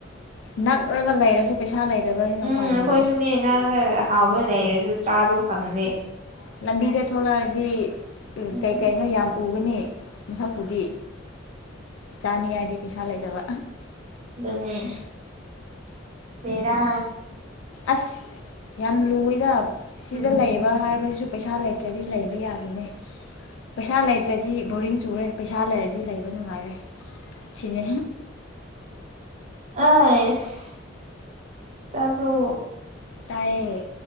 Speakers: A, on the left; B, on the right.
A: ꯅꯛꯔꯒ ꯂꯩꯔꯁꯨ ꯄꯩꯁꯥ ꯂꯩꯇꯕꯅꯤꯅ
B: ꯎꯝ
A: ꯎꯄꯥꯏ
B: ꯑꯩꯈꯣꯏꯁꯨꯅꯦꯅꯒ
A: ꯂꯩꯇꯦ
B: ꯍꯥꯎꯕ ꯂꯩꯔꯁꯨ ꯆꯥꯕ ꯐꯪꯅꯤ
A: ꯂꯝꯕꯤꯗ ꯊꯣꯛꯂꯛꯑꯗꯤ
B: ꯎꯝ
A: ꯀꯩ ꯀꯩꯅꯣ ꯌꯥꯝ ꯎꯒꯅꯤ ꯃꯤꯁꯛꯄꯨꯗꯤ ꯆꯥꯅꯤꯉꯥꯏꯗꯤ ꯄꯩꯁꯥ ꯂꯩꯇꯕ
B: ꯗꯅꯤ ꯦꯔ
A: ꯑꯁ ꯌꯥꯝ ꯂꯨꯏꯗ ꯁꯤꯗ
B: ꯎꯝ
A: ꯂꯩꯕ ꯍꯥꯏꯕꯁꯤꯁꯨ ꯄꯩꯁꯥ ꯂꯩꯇ ꯑꯗꯨꯗꯤ ꯂꯩꯕ ꯌꯥꯗꯦꯅꯦ ꯄꯩꯁꯥ ꯂꯩꯇ꯭ꯔꯗꯤ ꯕꯣꯔꯔꯤꯡ ꯆꯨꯔꯦ ꯄꯩꯁꯥ ꯂꯩꯔꯗꯤ ꯂꯩꯕ ꯅꯨꯡꯉꯥꯏꯔꯦ ꯁꯤꯅꯤ
B: ꯑꯁ ꯇꯄ꯭ꯔꯣ
A: ꯇꯥꯏꯌꯦ